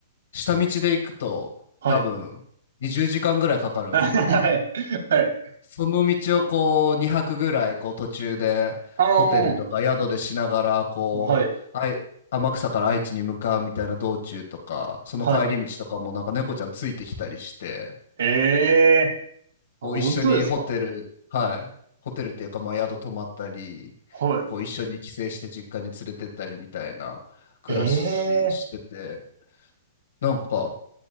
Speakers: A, on the left; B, on the right.
A: 下道で行くと、
B: はい。
A: 多分、20時間ぐらいかかるんですかね。
B: <laughs> はい。はい。
A: その道をこう、2泊ぐらい、こう、途中で、
B: あの
A: ホテルとか宿でしながら、こう、
B: ーはい。
A: あい、天草から愛知に向かうみたいな道中とか、その帰り道とかもなんか猫ちゃんついてきたりして、
B: はい。ええーあ、
A: こう一緒にホテル、
B: 本当ですか
A: はい、ホテルっていうか、まあ宿泊まったり、
B: はい。
A: こう一緒に帰省して実家に連れてったりみたいな暮らししてて、
B: ええ
A: なんか、